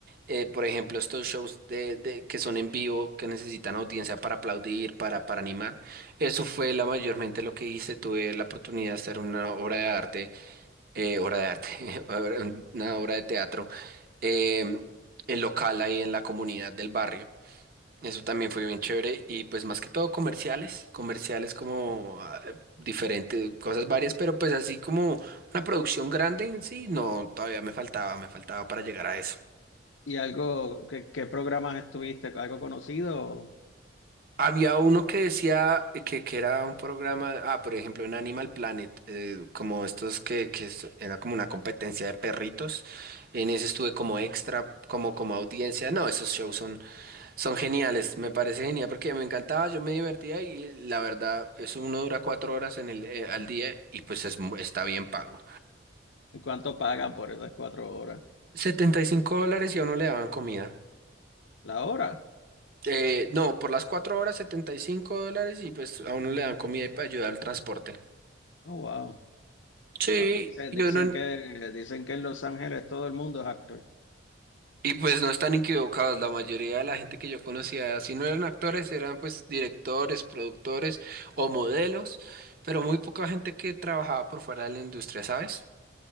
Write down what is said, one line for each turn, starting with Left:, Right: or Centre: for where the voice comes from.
Right: Eh, por ejemplo, estos shows de, de- que son en vivo, que necesitan audiencia para aplaudir, para, para animar. Eso fue la mayormente lo que hice. Tuve la oportunidad de hacer una obra de arte, eh, obra de arte, <laughs> obra- una obra de teatro, eh, en local ahí en la comunidad del barrio. Eso también fue bien chévere y pues más que todo comerciales, comerciales como diferentes, cosas varias, pero pues así como una producción grande en sí, no, todavía me faltaba, me faltaba para llegar a eso.
Left: ¿Y algo, qué, qué programas estuviste? ¿Algo conocido?
Right: Había uno que decía que, que era un programa, ah, por ejemplo, en Animal Planet, eh, como estos que, que es- era como una competencia de perritos, en ese estuve como extra, como, como audiencia, no, esos shows son Son geniales, me parece genial porque me encantaba, yo me divertía y la verdad, eso uno dura cuatro horas en el, eh, al día y pues es mu- está bien pago.
Left: ¿Y cuánto pagan por esas cuatro horas?
Right: setenta y cinco dólares y a uno le daban comida.
Left: ¿La hora?
Right: Eh, no, por las cuatro horas 75 dólares y pues a uno le dan comida y para ayudar al transporte.
Left: Oh, wow.
Right: Sí,
Left: sea, dice-
Right: yo
Left: Dicen,
Right: no,
Left: que, dicen que en Los Ángeles todo el mundo es actor.
Right: y pues no están equivocados, la mayoría de la gente que yo conocía, si no eran actores, eran pues directores, productores o modelos, pero muy poca gente que trabajaba por fuera de la industria, ¿sabes?